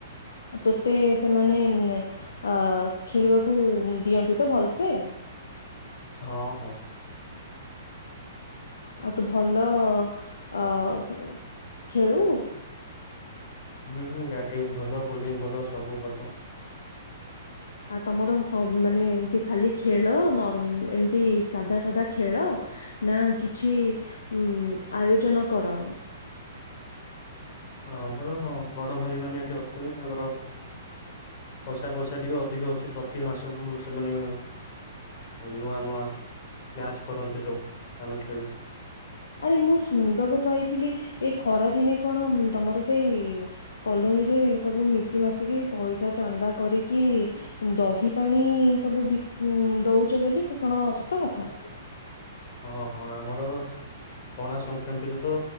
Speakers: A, on the left; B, on the left.
A: ତୋତେ ସେମାନେ <unintelligible> ଖେଳିବାକୁ ଦିଅନ୍ତି ତ ଭଲସେ।
B: ହଁ ହଁ।
A: ଆଉ ତୁ ଭଲ ଅ କୁଂ ଖେଳୁ।
B: ହୁଁ ହୁଁ ବ୍ୟାଟିଙ୍ଗ ଭଲ ବୋଲିଂ ଭଲ ସବୁ ଭଲ।
A: ଆ ତମର ସବ୍ ମାନେ ଏମତି ଖାଲି ଖେଳ ନର୍ ଏମତି ସାଧା ସାଧା ଖେଳ ନା କିଛି ଉଁ ଆୟୋଜନ କର?
B: ଆମର ବଡ ଭାଇମାନେ ଏଠି ଅଛନ୍ତି ତାଙ୍କର ପଇଷା ପଇଷା ଟିକେ ଅଧିକ ଅଛି ପ୍ରତି ମାସକୁୁ ସେମାନେ ନୂଆ ନୂଆ ମ୍ୟାଚ୍ କରନ୍ତି ସବୁ ଆମେ ଖେଳୁ।
A: ଆରେ ମୁଁ ଶୁଣିବାକୁ ପାଇଥିଲି ଏଇ ଖରା ଦିନେ କଣ ଉଁ ତମର ସେଇ କଲୋନୀରେ ସବୁ ମିଶି ମାଶିକି ପଇଷା ଚାନ୍ଦା କରିକି ଦହି ପାଣି ସବୁ ବି ଉଁ ଦୋଉଚ ବୋଲି କଣ ସତ କଥା?
B: ହଁ- ହଁ ଆମର ପଣା ସଂକ୍ରାନ୍ତିରୁ ତ